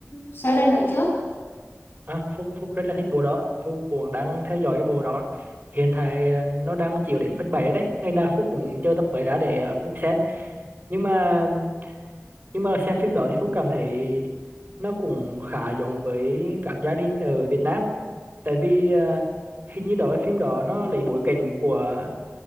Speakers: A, on the left; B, on the right.
A: sau đây nữa chưa
B: à, Phúc Phúc rất là thích bộ đó Phúc cũng đang theo dõi cái bộ đó hiện tại ờ, nó đang chiếu đến phần 7 rồi đấy ngày nào Phúc cũng chờ tập mới ra để ờ, Phúc xem nhưng mà nhưng mà xem phim đó thì Phúc cảm thấy nó cũng khá giống với các gia đình ở Việt Nam tại vì à, hình như đó cái phim đó nó lấy bối cảnh của